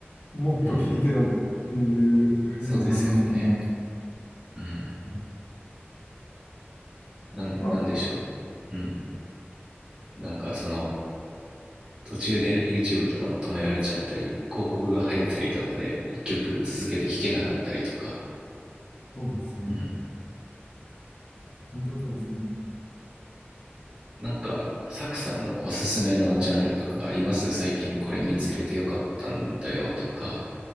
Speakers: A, on the left; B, on the right.
A: もっと聴いてよっていう風になりますよね。
B: うんうんそうですよねうん
A: うん
B: なん、
A: あ、
B: なんでしょう。うん。なんかその、途中で YouTube とかも止められちゃったり、広告が入ったりとかで、一曲続けて聴けなかったりとか。
A: そうですね。
B: うん。
A: 本当にそうですね。
B: なんか、サクさんのおすすめのジャンルとかあります最近これ見つけてよかったんだよとか、